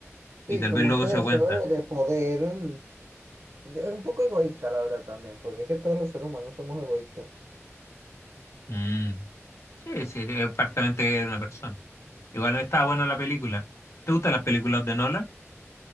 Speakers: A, on the left; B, on the right.
A: y
B: Sí,
A: tal
B: como
A: vez luego
B: ese
A: se
B: deseo
A: dio cuenta.
B: de, de poder, mm, de- un poco egoísta, la verdad, también, porque es que todos los seres humanos somos egoístas.
A: Mm. Sí, sí, es prácticamente de una persona. Igual estaba buena la película. ¿Te gustan las películas de Nolan?